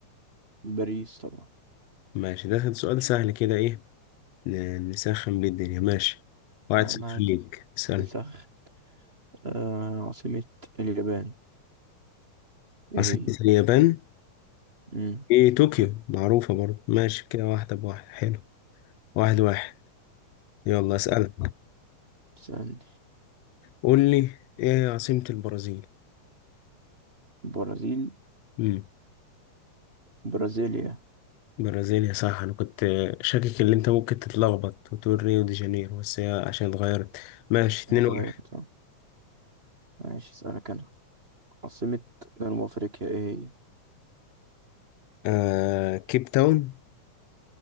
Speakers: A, on the right; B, on the left.
A: باريس طبعا
B: ماشي ده كان سؤال سهل كده ايه ن- نسخن بيه الدنيا ماشي واحد
A: نعم
B: صفر
A: عادي
B: ليك اسالني
A: نسخ آه عاصمة اليابان ايه
B: عاصمه
A: هي؟
B: اليابان
A: مم.
B: ايه طوكيو معروفة برضه ماشي كده واحدة بواحد حلو واحد واحد يلا اسألك
A: استنى
B: قول لي ايه هي عاصمة البرازيل
A: برازيل
B: امم
A: برازيليا
B: البرازيل يا صح انا كنت شاكك ان انت ممكن تتلخبط وتقول ريو دي جانيرو بس هي عشان اتغيرت ماشي اتنين
A: هي اتغيرت
B: واحد
A: اه ماشي اسألك انا عاصمة جنوب افريقيا ايه هي؟
B: آه كيب تاون